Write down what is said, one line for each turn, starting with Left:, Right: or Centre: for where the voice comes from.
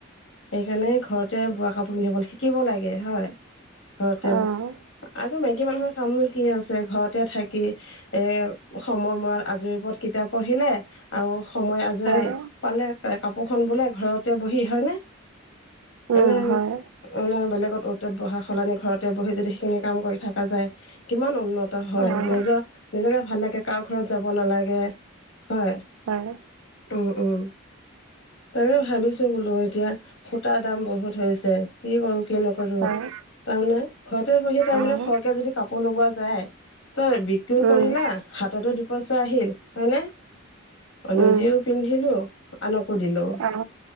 Left: সেইকাৰণে ঘৰতে বোৱা কাপোৰ পিন্ধিব লাগে, শিকিব লাগে হয়। ঘৰতে
Right: অ',
Left: বো, আৰু মাইকী মানুহৰ কামনো কি আছে ঘৰত তে থাকি এ সময় মূৰত আজৰি পৰত কিতাপ পঢ়িলে আৰু সময় আজৰি
Right: হয়,
Left: পালে কাপোৰখন বোলে ঘৰতে বহি হয় নে?
Right: উম,
Left: এনেই
Right: হয়,
Left: মানে বেলেগত অত-তত বহা সলনি, ঘৰতে বহি যদি সেইখিনি কাম কৰি থকা যায় কিমান উন্নত হয়,
Right: অ'।
Left: নিজৰ-নিজকে ভাল লাগে কাৰো ঘৰত যাব নালাগে। হয়
Right: হয়।
Left: উম, উম তাকে ভাবিছো বোলো এতিয়া সূতা দাম বহুত হৈছে। কি কৰো, কি নকৰো
Right: হয়
Left: তাৰমানে ঘৰতে বহি তাৰমানে
Right: আহ
Left: সৰহকে যদি কাপোৰ লগোৱা যায় ত' বিক্ৰীও
Right: উম
Left: কৰিলা, হাততো দু-পইচা আহিল হয়নে। অ' নিজেও
Right: উম
Left: পিন্ধিলো, আনকো দিলো,
Right: আহ